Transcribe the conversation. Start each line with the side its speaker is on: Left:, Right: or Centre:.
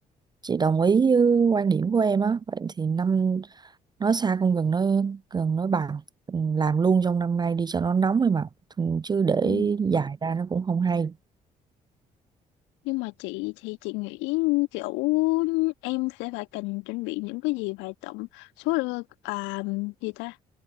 Right: chị đồng ý với quan điểm của em á, vậy thì năm nói xa không gần nói gần nói bằng Ừ, làm luôn trong năm nay đi cho nó nóng ấy mà Ừ, chứ để
Left: Ừ.
Right: dài ra nó cũng không hay
Left: Nhưng mà chị thì chị nghĩ kiểu em sẽ phải cần chuẩn bị những cái gì phải tổng số lượng- à, gì ta